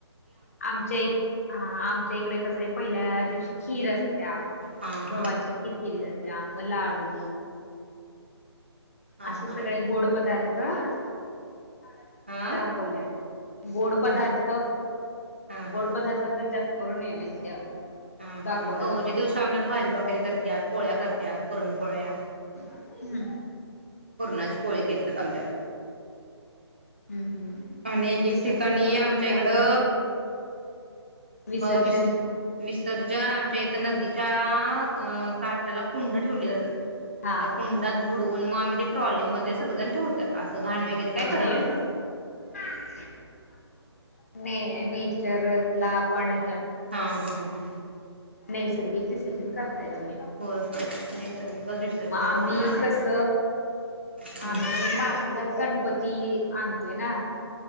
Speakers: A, on the left; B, on the right.
A: आमच्या इ आम आच्या इकडे कसे पहिल्या दिवशी खीर असत्या
B: हा
A: गव्हाची
B: हा
A: खीर केली जाते त्या म लाडू
B: हा
A: असं
B: हा
A: सगळे गोड पदार्थ आ.. <unintelligible> <unintelligible>
B: हा
A: दाखवल्या गोड
B: हम्म
A: पदार्थ
B: हा हा
A: गोड पदार्थ जर जास्त गुरू नैवेद्य
B: हा
A: दाखवला
B: हा गौरी
A: जातो
B: दिवसा आमच्यात भाजी भाकरी करत्यात पोळ्या करत्या पुरणपोळ्या
A: <unintelligible> हम्म
B: पुरणाची पोळी केलत्यात आमच्यात
A: हम्म हम्म
B: आणि एक एक
A: विसर्जन
B: ठिकाणी
A: कुठं
B: आमच्या
A: करताय
B: इकड
A: तुम्ही
B: अ
A: विसर्जन
B: विस विसर्जन आमच्या नदीच्या अ काठाला कुंड ठेवले जातात
A: हा
B: त्या कुंडात बुडवून मग आम्ही ते ट्रॉलीमध्ये सगळेजण ठेवतात असं
A: हम्म
B: घाण वगैरे काही
A: म्हणजे
B: करत नाहीत
A: <unintelligible> ने नेचर ला पण
B: हा हा हा
A: नैसर्गिक विसर्जन कर तुम्ही
B: होय होय नैसर्गिकच विसर्जन
A: आम्ही
B: करतोय
A: कस
B: हम्म
A: आम्ही <unintelligible> मातीचाच गणपती आणतोय ना